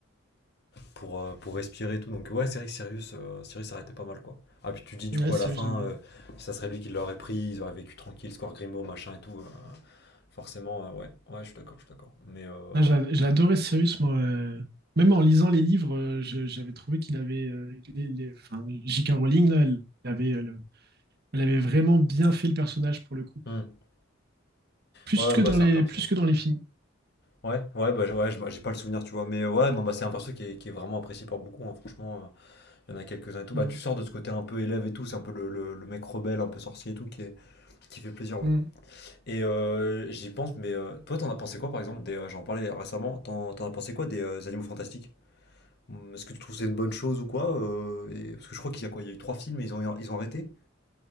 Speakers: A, on the left; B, on the right.
A: pour, euh, pour respirer et tout. Donc ouais, c'est vrai que Sirius, euh, Sirius arrêtait pas mal quoi. Ah puis tu dis du
B: ouais,
A: coup
B: c'est
A: à la fin,
B: vrai, j'aime bien.
A: euh, ça serait lui qui l'aurait pris, ils auraient vécu tranquille, score Grimaud, machin et tout. euh, forcément, euh, ouais, ouais, je suis d'accord, je suis d'accord. Mais euh...
B: Ah, j'a- j'ai adoré Cyrus, moi. euh, Même en lisant les livres, euh, je- j'avais trouvé qu'il avait. euh, les, les- enfin, J.K. Rowling, là, elle avait, euh, le- elle avait vraiment bien fait le personnage pour le coup.
A: hmm.
B: Plus
A: ouais,
B: que
A: bah
B: dans
A: c'est
B: les,
A: un perso.
B: plus que dans les films.
A: Ouais, ouais, bah ouais, j'ai j'ai pas le souvenir, tu vois. Mais euh, ouais, non, bah c'est un perso qui est, qui est vraiment apprécié par beaucoup, hein, franchement. euh, Il y en a quelques-uns et tout.
B: Mm.
A: Bah tu sors de ce côté un peu élève et tout, c'est un peu le, le, le mec rebelle, un peu sorcier et tout, qui, est- qui fait plaisir, ouais.
B: Mm.
A: Et euh, j'y pense, mais euh, toi, t'en as pensé quoi, par exemple, des, euh, j'en parlais récemment, t'en, t'en as pensé quoi des euh, Animaux Fantastiques? Hum, Est-ce que tu trouves que c'est une bonne chose ou quoi? euh, et- parce que je crois qu'il y a quoi? Il y a eu trois films et ils ont, ils ont arrêté,